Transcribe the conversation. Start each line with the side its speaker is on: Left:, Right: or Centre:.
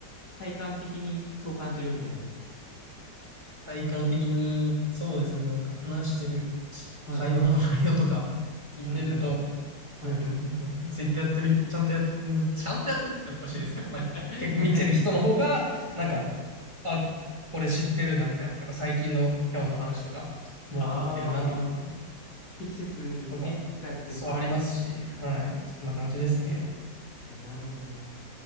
Left: 体感的にそう感じるみたいな。
Right: 体感的に、そうですね、なんか話してる
Left: はい。
Right: 会話の内容とか聞いてると、
Left: うんうん。はい。
Right: うん、ツイッターやってる、ちゃんとやっ、ちゃんとやってるっておかしいですけど、
Left: <laughs>
Right: なんか結構見てる人の方が、
Left: はい。
Right: なんか
Left: はい。
Right: あ、これ知ってるな、みたいなとか、最近の今日の話とか、もう分かってるな、
Left: ああ、
Right: みたい
Left: 適切にね、
Right: なとか、
Left: 使っている人が。
Right: そうありますし、はい。
Left: うん
Right: そんな感じですね。
Left: うん。なるほど。